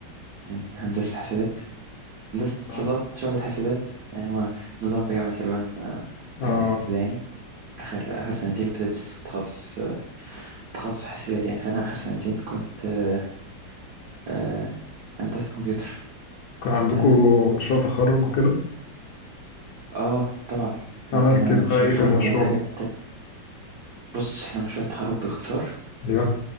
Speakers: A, on the right; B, on the left.
A: من هندسة حسابات هندسة اتصالات
B: اه
A: شعبة حسابات يعني هو نظام في جامعة حلوان آه،
B: اه
A: آه، كده يعني اخر اخر سنتين بتدرس تخصص آه، تخصص حاسبات يعني فانا اخر سنتين كنت آه، آه، هندسة كمبيوتر
B: كان عندكم
A: اه
B: مشروع تخرج وكده
A: آه، طبعا كان
B: عملت
A: عندنا
B: بقى
A: مشروع
B: ايه
A: التخرج
B: في المشروع
A: ده من حاجات بص احنا مشروع التخرج باختصار
B: ايوه